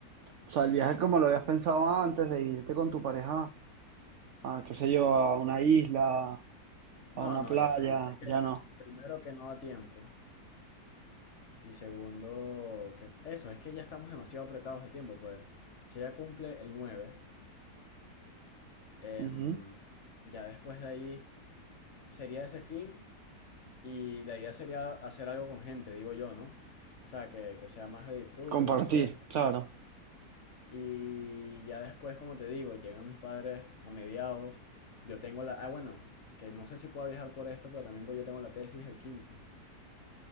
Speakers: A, on the right; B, on the left.
A: O sea, el viaje como lo habías pensado antes de irte con tu pareja a, qué sé yo, a una isla,
B: No,
A: a una
B: no,
A: playa,
B: ya. Es que
A: ya no.
B: primero que no da tiempo. Y segundo, que eso, es que ya estamos demasiado apretados de tiempo, pues. Si ella cumple el 9, em,
A: Ujú.
B: ya después de ahí sería ese fin. Y la idea sería hacer algo con gente, digo yo, ¿no? O sea, que, que sea más de disfrute,
A: Compartir,
B: o lo que sea.
A: claro.
B: Y ya después, como te digo, llegan mis padres a mediados. Yo tengo la... Ah, bueno, que no sé si puedo viajar por esto, porque también pues yo tengo la tesis el 15.